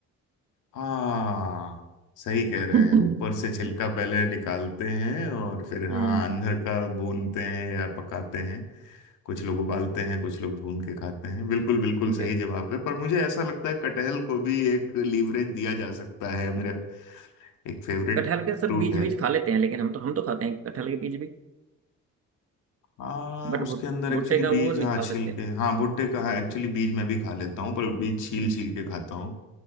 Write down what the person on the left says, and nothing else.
हाँ सही कह
रहे हैं ऊपर से छिलका पहले निकालते हैं और फिर हाँ
अंदर का भूनते हैं या पकाते हैं कुछ लोग उबालते हैं कुछ लोग भून के खाते हैं बिल्कुल बिल्कुल
सही जवाब है पर मुझे ऐसा लगता है कटहल को भी एक लीवरेज दिया जा सकता है मेरा एक फेवरेट
फ्रूट
है
हाँ
उसके
अंदर
एक्चुअली
बीज
हाँ
छील
के हाँ भुट्टे का हाँ एक्चुअली बीज मैं भी खा लेता हूँ पर बीज छील
छील के खाता हूँ